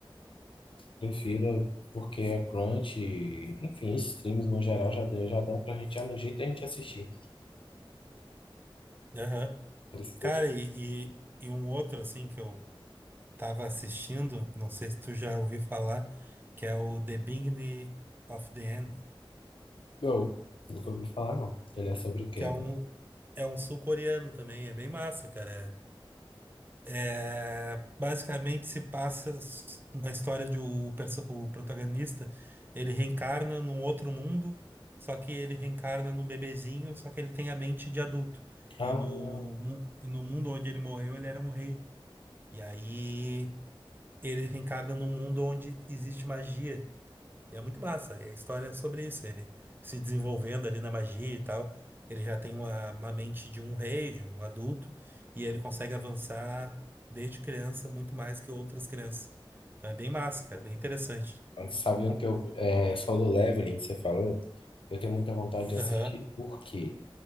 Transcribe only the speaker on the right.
Aham.
Cara, e, e, e um outro, assim, que eu tava assistindo, não sei se tu já ouviu falar, que é o The Beginning of the End,
que é um, é um sul-coreano também, é bem massa, cara. É É, basicamente se passa s- na história de o, perso- o protagonista, ele reencarna num outro mundo, só que ele reencarna num bebezinho, só que ele tem a mente de adulto.
E no, mu- e no mundo onde ele morreu, ele era um rei. E aí ele reencarna num mundo onde existe magia. E é muito massa. E a história é sobre isso. Ele se desenvolvendo ali na magia e tal. Ele já tem uma, uma mente de um rei, de um adulto, e ele consegue avançar desde criança muito mais que outras crianças. Então é bem massa, cara, bem interessante.
Aham,